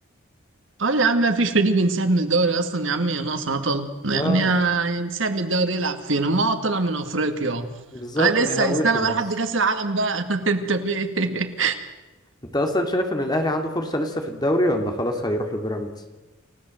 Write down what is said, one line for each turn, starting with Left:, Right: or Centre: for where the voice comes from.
Right: اه يا عم ما فيش فريق بينسحب من الدوري اصلا يا عم يا ناقص هطل يعني
Left: اه
Right: آه، ينسحب من الدوري يلعب فينا ما هو طلع من افريقيا اهو
Left: بالظبط
Right: آه لسه
Left: بيهوشوا
Right: هيستنى بقى لحد
Left: بس
Right: كاس العالم بقى <laughs> انت في إيه؟
Left: انت اصلا شايف ان الاهلي عنده فرصة لسه في الدوري ولا خلاص هيروح لبيراميدز